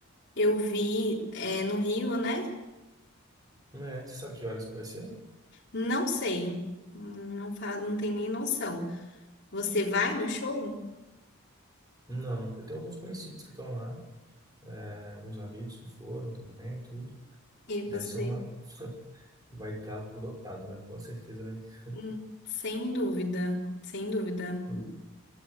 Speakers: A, on the left; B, on the right.
A: eu vi, é, no Rio, né?
B: É, você sabe que horas que vai ser?
A: Não sei, Hum, não fa não tem nem noção. Você vai no show
B: Não, eu tenho alguns conhecidos que estão lá, é, alguns amigos que foram também, tudo.
A: e
B: Deve
A: você,
B: ser uma. <laughs> Vai estar lotado, né? Com certeza vai ser
A: Hum, sem dúvida, sem dúvida,
B: um